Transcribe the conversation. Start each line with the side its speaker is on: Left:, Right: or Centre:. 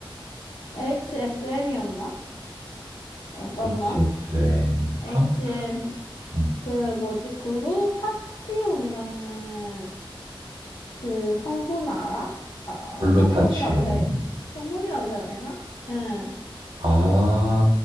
Left: HSM이었나? 잠깐만
Right: HSM, 황,
Left: HM
Right: 음,
Left: 그 뭐지 글루타치온이라는 그 성분 알아? 아
Right: 글루타치온.
Left: 성분이라고 해 성분이라고 해야 되나? 응.
Right: 아,